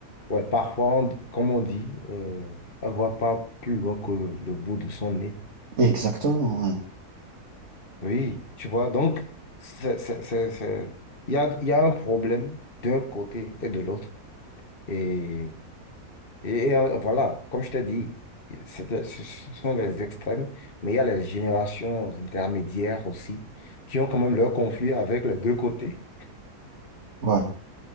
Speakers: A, on the left; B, on the right.
A: ouais, parfois, on- comme on dit, euh, on ne voit pas plus loin que le bout de son nez.
B: exactement ouais,
A: Oui, tu vois, donc, c'est, c'est, c'est, c'est- il y a, il y a un problème d'un côté et de l'autre. Et, et, et, euh, voilà, comme je t'ai dit, c'est- euh, ce ce sont les extrêmes, mais il y a les générations intermédiaires aussi, qui ont quand même leurs conflits avec les deux côtés.
B: <laughs> ouais.